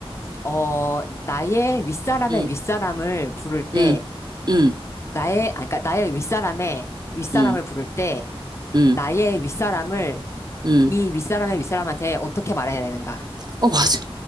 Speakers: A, on the left; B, on the right.
A: 어, 나의 윗사람의
B: 응,
A: 윗사람을 부를 때
B: 응, 응,
A: 나의 아 그니까 나의 윗사람의 윗사람을
B: 응,
A: 부를 때
B: 응,
A: 나의 윗사람을
B: 응.
A: 이 윗사람의 윗사람한테 어떻게 말해야 되는가?
B: 어, 맞아.